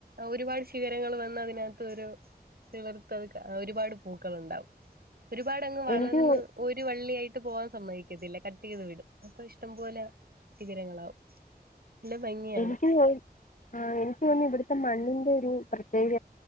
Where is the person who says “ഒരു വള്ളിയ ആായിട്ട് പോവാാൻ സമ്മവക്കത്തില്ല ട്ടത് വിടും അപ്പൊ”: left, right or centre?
Right